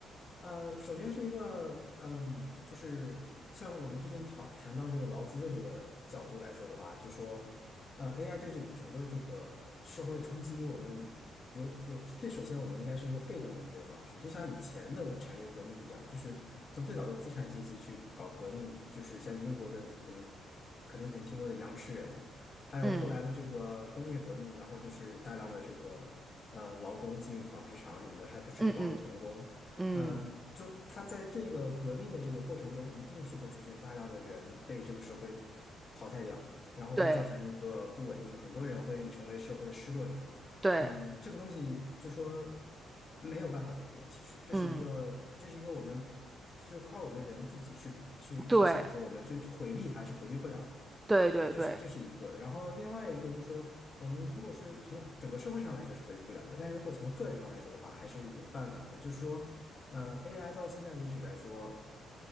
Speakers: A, on the left; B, on the right.
A: 呃，首先是一个，嗯，就是像我们之前讨谈到这个劳资的这个角度来说的话，就说，呃，AI 对这个整个这个社会的冲击，我们有有最首先我们应该是一个被动的应对方式，就像以前的产业革命一样，就是从最早的资产阶级去搞革命，就是像英国的我们可能以前听过的羊吃人，还有后来的这个工业革命，
B: 嗯
A: 然后就是大量的这个呃劳工进纺织厂什么的，还不甚至包括童工。
B: 嗯嗯嗯，
A: 嗯，就他在这个革命的这个过程中，一定是会出现大量的人被这个社会淘汰掉，然后会造成一个不稳定，
B: 对
A: 很多人会成为社会的失落者。
B: 对，
A: 嗯，这个东西就说没有办法改变，其实这是一个，
B: 嗯
A: 这是一个我们就靠我们人自己去去去想说，
B: 对
A: 我们去回避它是回避不了的。
B: 对对对，
A: 这是这是一个，然后另外一个就是说，我们如果是从整个社会上来说是回避不了的，但是如果从个人上来说的话，还是有办法的。就是说，呃，AI 到现在为止来说，